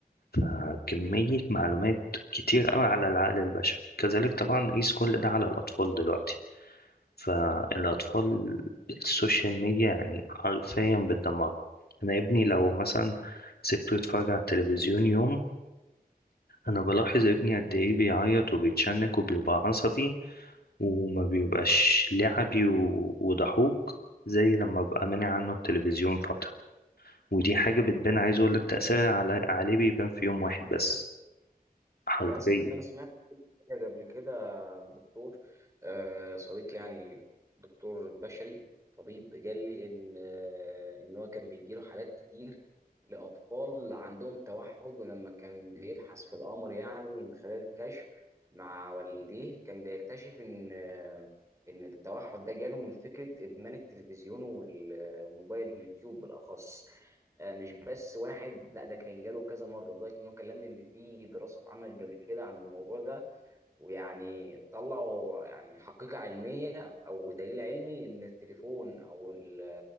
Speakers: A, on the left; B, on the right.
A: فكمية معلومات كتير قوي على العقل البشري كذلك طبعا قيس كل ده على الأطفال دلوقتي فالأطفال السوشيال ميديا يعني حرفيا بتدمر أنا ابني لو مثلا سبته يتفرج على التلفزيون يوم أنا بلاحظ ابني قد إيه بيعيط وبيتشنك وبيبقى عصبي وما بيبقاش لعبي و- وضحوك زي لما ببقى مانع عنه التلفزيون فترة ودي حاجة بتبان عايز أقولك تأثيرها على عليه بيبان في يوم واحد بس حرفيا
B: للأسف إن أنا سمعت كده قبل كده دكتور آه، صديق يعني دكتور بشري طبيب قال لي ان آه، ان هو كان بيجيله حالات كتير لاطفال عندهم توحد ولما كان بيبحث في الامر يعني من خلال الكشف مع والديه كان بيكتشف ان آه، ان التوحد ده جاله من فكره ادمان التلفزيون والموبايل اليوتيوب بالاخص آه، مش بس واحد لا ده كان جاله كذا مره لدرجه ان هو كلمني ان في دراسه اتعملت قبل كده عن الموضوع ده ويعني طلعوا يعني حقيقة علمية أو دليل علمي إن التليفون أو ال-